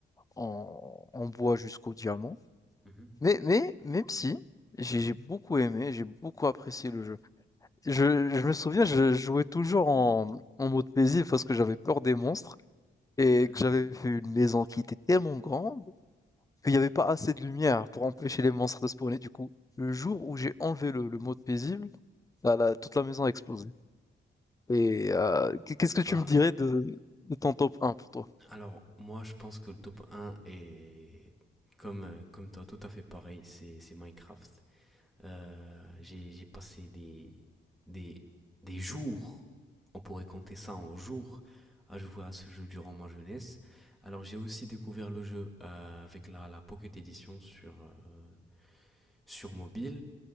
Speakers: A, on the left (about 15°); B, in the centre.
A: en, en bois jusqu'au diamant.
B: mhm,
A: Mais, mais, même si, j'ai j'ai beaucoup aimé, j'ai beaucoup apprécié le jeu. Je, je me souviens, je jouais toujours en, en mode paisible parce que j'avais peur des monstres et
B: mhm.
A: que j'avais fait une maison qui était tellement grande qu'il n'y avait pas assez de lumière pour empêcher les monstres de spawner. Du coup, le jour où j'ai enlevé le, le mode paisible, là, là, toute la maison a explosé. Et euh, qu'est-ce que tu
B: Bah,
A: me dirais de, de ton top un pour toi?
B: alors, moi, je pense que le top un est, comme, euh, comme toi, tout à fait pareil, c'est c'est Minecraft. Euh, j'ai j'ai passé des, des, des jours, on pourrait compter ça en jours, à jouer à ce jeu durant ma jeunesse. Alors j'ai aussi découvert le jeu euh, avec la, la Pocket Edition sur, euh, sur mobile.